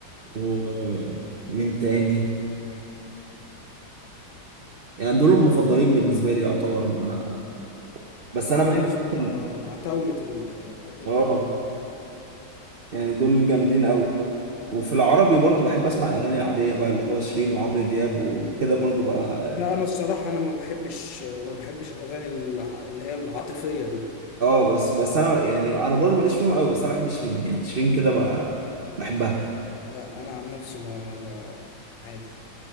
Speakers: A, on the right; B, on the left.
A: ومين تاني يعني دول المفضلين بالنسبه لي يعتبر ما بس
B: اه
A: انا ميال
B: هم الصراحة
A: اكتر
B: عتاولة ال- الراب
A: اه
B: الإنجليزي
A: يعني دول جامدين قوي وفي العربي
B: مم.
A: برضو بحب اسمع الاغاني العاديه بقى اللي هو شيرين وعمرو دياب وكده برضو بقى
B: لا أنا الصراحة أنا ما بحبش ما بحبش الأغاني الع- اللي هي العاطفية دي
A: اه بس بس انا يعني انا برضو ماليش فيهم قوي بس انا بحب شيرين يعني شيرين كده بقى بحبها
B: لا أنا عن نفسي ما ب- عادي